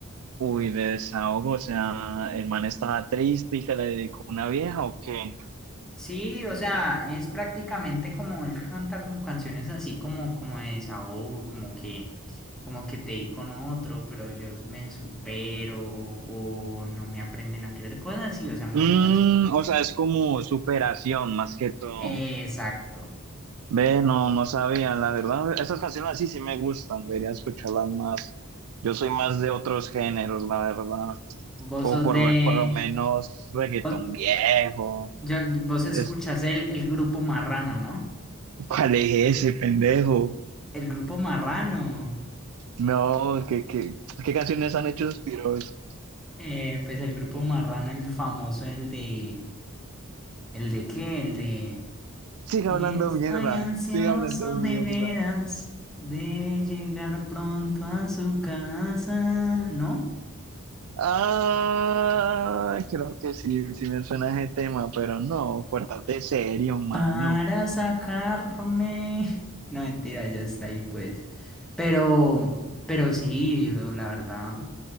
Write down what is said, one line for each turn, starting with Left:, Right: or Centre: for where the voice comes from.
Right: Uy, de desahogo, o sea, el man estaba triste y se le dedicó una vieja, ¿o qué?
Centre: Sí, o sea, es prácticamente como él canta como canciones así como, como de desahogo, como que, como que te di con otro, pero yo me supero o no me aprenden a querer cosas así, o sea, música
Right: Mm,
Centre: así.
Right: o sea, es como superación más que todo.
Centre: Exacto.
Right: Ve, no, no sabía, la verdad, esas canciones así sí me gustan, debería escucharlas más. Yo soy más de otros géneros, la verdad,
Centre: Vos
Right: o
Centre: sos
Right: por,
Centre: de...
Right: lo- por lo menos reggaetón
Centre: Vos,
Right: viejo.
Centre: yo, vos escuchás
Right: Es,
Centre: el, el grupo Marrano, ¿no?
Right: <laughs> ¿cuál es ese pendejo?
Centre: El grupo Marrano.
Right: No, ¿qué, qué, qué canciones han hecho suspiros tiros?
Centre: eh, pues el grupo Marrano, el famoso, el de... ¿El de qué? El de...
Right: Sigue
Centre: Estoy
Right: hablando mierda,
Centre: ansioso
Right: sigue hablando mierda.
Centre: de veras de llegar pronto a su casa, ¿no?
Right: Ah, creo que sí, sí me suena ese tema, pero no, pórtate serio, mano.
Centre: Para sacarme. <laughs> No, mentira, ya está ahí, pues. Pero, pero sí, bro, la verdad.